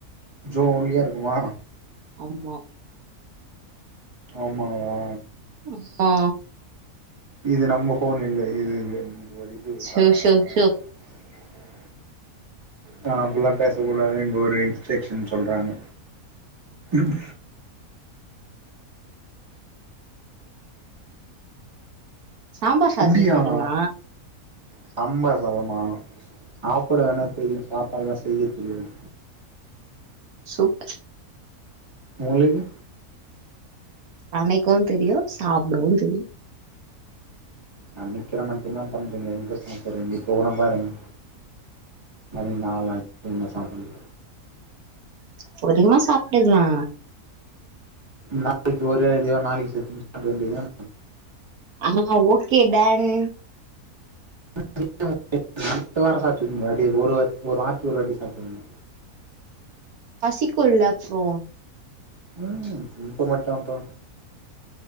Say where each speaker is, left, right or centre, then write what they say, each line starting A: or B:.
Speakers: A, on the right; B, on the right.
A: ஜோலியா இருக்குமா
B: ஆமா
A: ஆமாவா
B: அம்மா
A: இது நம்ப ஃபோன் இல்ல இது இல்ல இது ஒரு இது <unintelligible>
B: ஷோ ஷோ ஷோ.
A: நா அப்டிலா பேசக்கூடாதுன் இங்க ஒரு இன்ஸ்ட்ரக்சன் சொல்றாங்க ம்
B: சாம்பார் சாதொ
A: அப்டியா
B: செய்ய தெரியுமா
A: சாம்பார் சாதமா சாப்ட வேணா தெரியு சாப்பாடல்லா செய்ய தெரியாது
B: சூப்
A: உங்களுக்கு
B: சமைக்கவு தெரியு சாப்படவு தெரியு
A: சமைக்கிற மட்டுந்தா பண்றிங்க எங்க சாப்புறிங்க இப்ப ஒடம்ப பாருங்க மணி நால் ஆச்சு இன்னு சாப்புல்லா
B: பொறிமையா சாப்ட்டுகலா
A: நாளைக்கு ஒரே அடியா நாளைக்கு செத்து சாப்பிடா வேண்டியதுதான
B: ஆமா ஓகே டன்
A: <inaudible> அடுத்த வார சாப்பிட்டுகங்க அப்டி ஒரு ஒரு வார்த்துக்கு ஒரு வாட்டி சாப்ட்டுகங்க
B: பசிக்குள்ள அப்றோ
A: ம் இப்ப மட்டு அப்பா